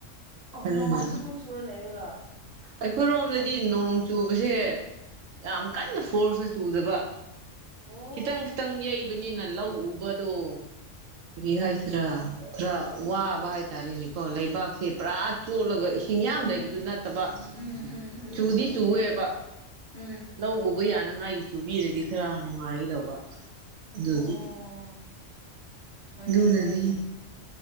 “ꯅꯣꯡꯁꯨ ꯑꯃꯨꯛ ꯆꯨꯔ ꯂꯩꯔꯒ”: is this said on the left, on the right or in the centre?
Right